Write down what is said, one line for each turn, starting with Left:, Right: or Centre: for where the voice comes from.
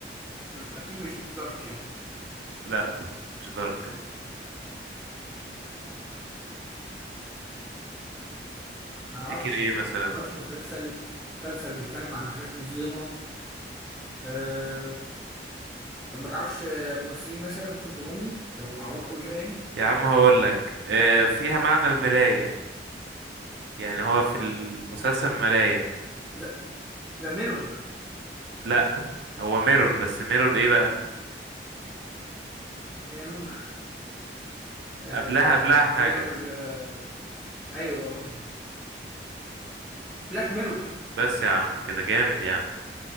Centre: اكيد مش دارك يعني
Right: لا مش دارك
Centre: ما
Right: افتكر
Centre: اعرفش
Right: ايه مثلا
Centre: ما اعرفش مسلسل مسلسل بيتكلم عن حاجات مظلمه أم... طب ما تعرفش ممثلين مثلا ممكن تقولهم لي لو معروف قوي كده يعني
Right: يا عم هقول لك آه فيها معنى المراية يعني هو في المسلسل مراية
Centre: ذا ميرور
Right: لا هو ميرور بس ميرور ايه بقى
Centre: ميرور آه،
Right: قبلها قبلها حاجة
Centre: ميرور آه، ايوه بلاك ميرور
Right: بس يا عم كده جامد يا عم